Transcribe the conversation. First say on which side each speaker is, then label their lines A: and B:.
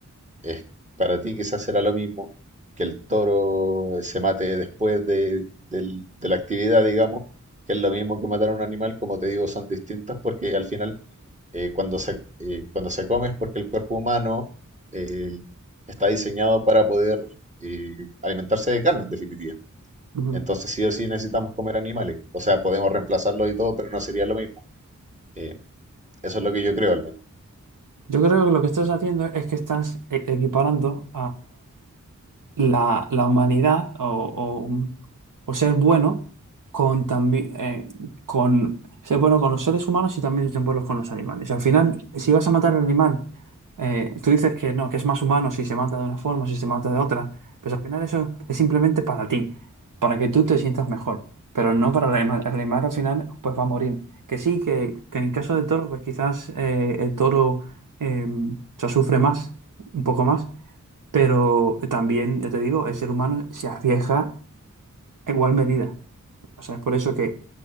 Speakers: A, on the right (about 25°); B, on the right (about 85°).
A: es para ti quizás será lo mismo que el toro se mate después de, del- de la actividad, digamos, que es lo mismo que matar a un animal, como te digo, son distintas porque al final eh, cuando se, eh, cuando se come es porque el cuerpo humano eh, está diseñado para poder eh, alimentarse de carne, en definitiva.
B: Ujú.
A: Entonces sí o sí necesitamos comer animales. O sea, podemos reemplazarlos y todo, pero no sería lo mismo. Eh, eso es lo que yo creo, al menos.
B: Yo creo que lo que estás haciendo es que estás e- equiparando la, la humanidad o, o- o ser bueno con también con ser bueno con los seres humanos y también ser bueno con los animales. Al final, si vas a matar al animal, eh, tú dices que no, que es más humano si se mata de una forma, si se mata de otra, pues al final eso es simplemente para ti, para que tú te sientas mejor, pero no para el animal. El animal al final pues va a morir. Que sí, que, que en caso del toro, pues quizás eh, el toro eh, se sufre más, un poco más pero también, yo te digo, el ser humano se arriesga a igual medida. O sea, es por eso que